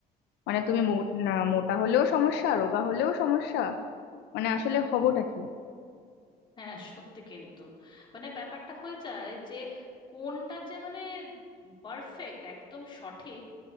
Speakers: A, on the left; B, on the left.
A: মানে তুমি মো- না, মোটা হলেও সমস্যা রোগা হলেও সমস্যা মানে আসলে হবটা কি
B: হ্যাঁ সত্যি কিন্তু মানে ব্যাপারটা হয়ে যায় যে কোনটা যে মানে পারফেক্ট একদম সঠিক